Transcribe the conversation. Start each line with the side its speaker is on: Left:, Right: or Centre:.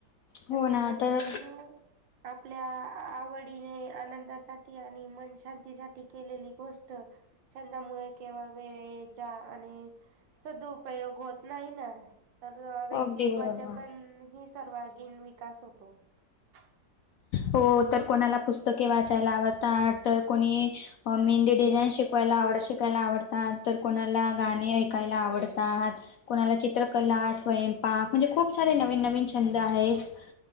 Left: हो
Right: छंद
Left: ना
Right: म्हणजे
Left: तर
Right: नां आपल्या आवडीने आनंदासाठी आणि मनशांती सांठी केलेली गोष्ट छंदामुळे केवळं वेळे यांच्या आणि संदुपयोग होतं नाहीं नां तरं व्यक्तित्वांचा
Left: अगदी बरोबर.
Right: पणं ही सर्वागीण विकांस होतो <inaudible> <unintelligible>
Left: हो तरं कोणांला पुस्तके वाचांयला आवडतांत तरं कोणी मेहंदी डिझाईन शिक पलां आवडतांत शिकायला आवडतांत तरं कोणांला गाणी ऐकायला आवडतांत कोणांला चित्रकला स्वयंपाक म्हणजे खूंप सारे नवीन नवीन छंद आहेतं